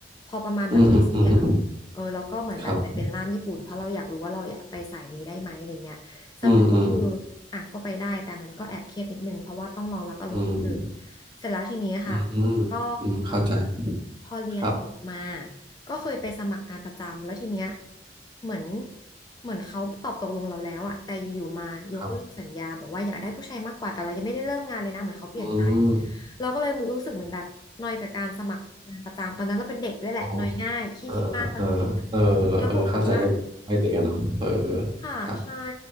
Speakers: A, on the left; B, on the right.
A: พอประมาณแบบปีสี่อ่ะ
B: อืมอืมอืม
A: เออเราก็เหมือนแบบไปเป็นล่ามญี่ปุ่นเพราะเราอยากรู้ว่าเราอยากไปสายนี้ได้ไหมอะไรเงี้ยสรุปก็คือ
B: ครับอืมอืม
A: อ่ะก็ไปได้แต่มันก็แอบเครียดนิดนึงเพราะว่าต้องรองรับอารมณ์คนอื่น
B: อืม
A: เสร็จแล้วทีนี้ค่ะ
B: อืม
A: ก็
B: อืมเข้าใจ
A: พอเรียนจบมา
B: ครับ
A: ก็เคยไปสมัครงานประจำแล้วทีเนี้ยเหมือนเหมือนเขาตอบตกลงเราแล้วอะแต่อยู่ๆมายกเลิกสัญญาบอกว่าอยากได้ผู้ชายมากกว่าแต่เรายังไม่ได้เริ่มงานเลยนะเหมือนเขาเปลี่ยนใจ
B: ครับอืม
A: เราก็เลยรู้สึกเหมือนแบบนอยกับการสมัครงานประจำตอนนั้นเราเป็นเด็กด้วยแหละนอยง่ายขี้คิดมากตอนเด็กๆอะ
B: อ๋อเออเออเออเออเข้าใจ
A: แล้วบวกกับว่า
B: ไปเด็กกันเนาะเออเออ
A: ค่ะใช่
B: ครับ